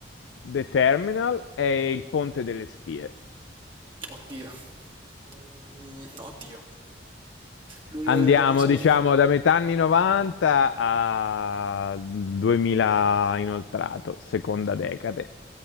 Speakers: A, on the left (about 85°); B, on the right (about 30°).
A: The Terminal e Il Ponte delle Spie.
B: Oddio. Mm, oddio. L'unico
A: Andiamo,
B: che conosco...
A: diciamo, da metà anni 90 a 2000 inoltrato, seconda decade.